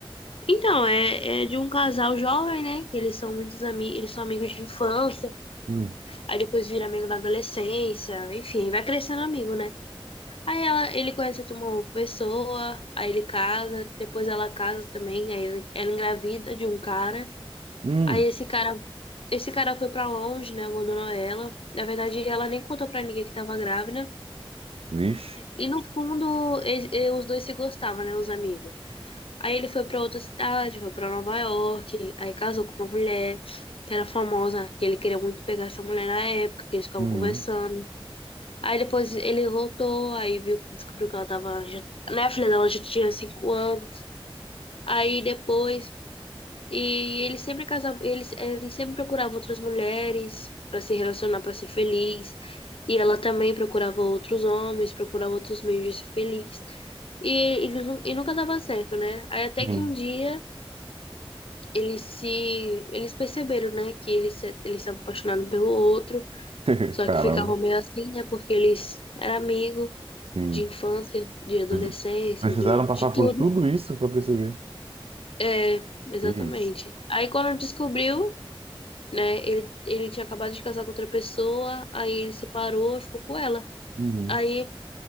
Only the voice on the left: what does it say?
Então, é, é de um casal jovem, né? Que eles são muitos amigos, eles são amigos de infância,
aí depois vira amigo na adolescência, enfim, vai crescendo amigo, né? Aí ela, ele conhece uma pessoa, aí ele casa, depois ela casa também, aí ele- ela engravida de um cara,
aí esse cara, esse cara foi pra longe, né? Abandonou ela. Na verdade, ela nem contou pra ninguém que tava grávida.
E no fundo, eles- eh, os dois se gostavam, né? Os amigos. Aí ele foi pra outra cidade, foi pra Nova York, aí casou com uma mulher que era famosa, que ele queria muito pegar essa mulher na época, que eles ficavam
conversando. Aí depois ele voltou, aí viu, descobriu que ela tava, já, né, a filha dela já tinha cinco anos. Aí depois, e ele sempre casava, ele, ele sempre procurava outras mulheres pra se relacionar, pra ser feliz. E ela também procurava outros homens, procurava outros meios de ser feliz. E, e, nu- e nunca dava certo, né? Aí até
que um dia eles se. Eles perceberam, né, que eles se, eles se apaixonaram pelo outro,
só
que ficavam meio assim, né, porque eles eram amigos
de infância, de adolescência,
de,
de tudo.
É, exatamente.
Aí quando descobriu, né, ele, ele tinha acabado de casar com outra pessoa, aí ele separou e ficou com ela.
Aí